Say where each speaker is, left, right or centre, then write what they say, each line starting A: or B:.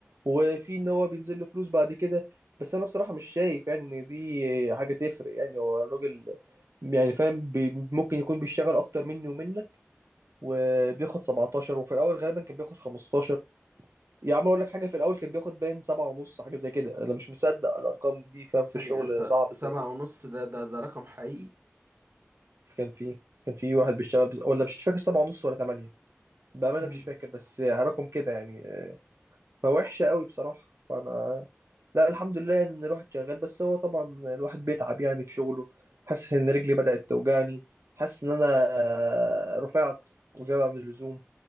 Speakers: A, on the right (about 80°); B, on the right (about 50°).
A: وفي ان هو بينزل له فلوس بعد كده بس انا بصراحة مش شايف يعني ان دي حاجة تفرق يعني هو الراجل يعني فاهم بي ممكن يكون بيشتغل اكتر مني ومنك وبياخد 17 وفي الاول غالبا كان بياخد 15 يا عم اقول لك حاجة في الاول كان بياخد باين 7 ونص حاجة زي كده انا مش مصدق الارقام دي فاهم
B: ثانية
A: في الشغل
B: يا اسطى
A: صعب
B: سبعة
A: زي كده
B: ونص ده ده ده رقم حقيقي
A: كان في كان في واحد بيشتغل بز- ولا مش فاكر سبعة ونص ولا تمانية بأمانة
B: هم.
A: مش فاكر بس رقم كده يعني آه، فوحشة قوي بصراحة فأنا لا الحمد لله يعني إن الواحد شغال بس هو طبعا الواحد بيتعب يعني في شغله حاسس إن رجلي بدأت توجعني حاسس إن أنا آه، رفعت زيادة عن اللزوم